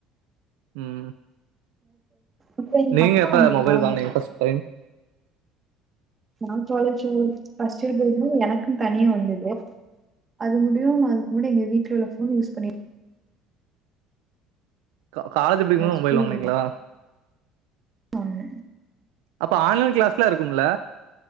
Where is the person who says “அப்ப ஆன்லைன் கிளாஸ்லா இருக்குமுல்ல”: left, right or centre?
Right